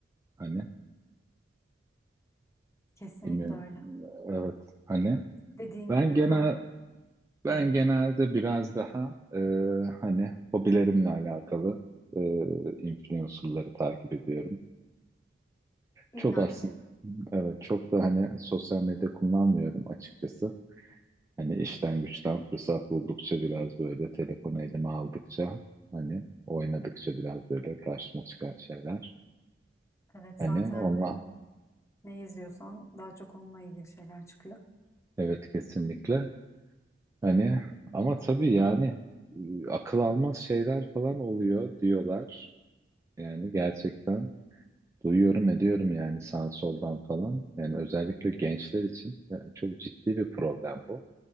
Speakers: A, on the right; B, on the left.
A: hani
B: Kesinlikle
A: bilmiyorum.
B: öyle.
A: Evet hani
B: Dediğin
A: ben
B: gibi
A: genel
B: hem
A: ben
B: hı hı,
A: genelde biraz daha e, hani hobilerimle alakalı e, influencerları takip ediyorum.
B: illaki.
A: Çok aslında evet çok da hani sosyal medya kullanmıyorum açıkçası. Hani işten güçten fırsat buldukça biraz böyle telefonu elime aldıkça hani oynadıkça biraz böyle karşıma çıkan şeyler.
B: Evet
A: Hani
B: zaten
A: onunla
B: e, ne izliyorsan daha çok onunla ilgili şeyler çıkıyor.
A: evet kesinlikle. Hani ama tabii yani e, akıl almaz şeyler falan oluyor diyorlar. Yani gerçekten duyuyorum ediyorum yani sağ soldan falan. Yani özellikle gençler için yani çok ciddi bir problem bu.